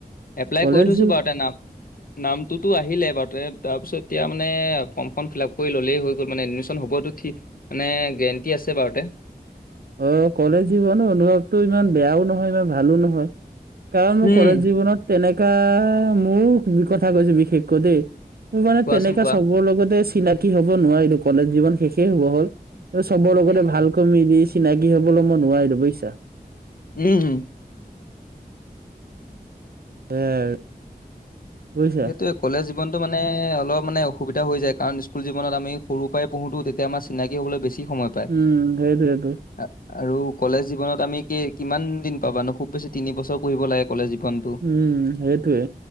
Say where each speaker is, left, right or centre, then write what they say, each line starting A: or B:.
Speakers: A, on the left (about 60°); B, on the right (about 70°).
A: এপ্লাই
B: কলেজ
A: কৰি থৈছোঁ বাৰু তা নাম নাম টো টো আহিলে বাত টো তাপিছত এতিয়া মানে ফ্ৰমখন ফ্ৰিলাপ কৰি ল'লে হৈয় গল এডমিচন হ'বতটো ঠিক মানে গেৰেণ্টি আছে বাৰুতে
B: অঁ কলেজ জীৱন অনুভৱটো ইমান বেয়াও নহয় ইমান ভালো নহয়। কাৰণ মোৰ
A: উম,
B: কলেজ জীৱনত তেনেকা মোৰ কথা কৈছো বিশেষকৈ দেই মোৰ মানে
A: কোৱাচোন
B: তেনেককা
A: কোৱা?
B: চবৰ লগতে চিনাকি হ'ব নোৱাৰিলো কলেজ জীৱন শেষেই হব হ'ল চবৰ লগতে
A: উম,
B: ভালকৈ মিলি চিনাকি হবলৈ মই নোৱাৰিলো বুজিছা
A: উম হুম
B: এয়াই আৰু বুজিছা
A: এইটোৱে কলেজ জীনটো মানে অলপ মানে অসুবিধা হৈ যায় কাৰণ স্কুল জীৱনত আমি সৰু পৰাই পঢ়োতোও তেতিয়া তে আমৰ চিনাকি হ'বলৈ বেছি সময়
B: উম সেইটোৱেইটো
A: আআৰু কলেজ জীৱনত আমি কি কিমান দিন পাবাানো খুব বেছি তিন বছৰ পঢ়িব লাগে কলেজ জীৱন
B: উম সেইটোৱে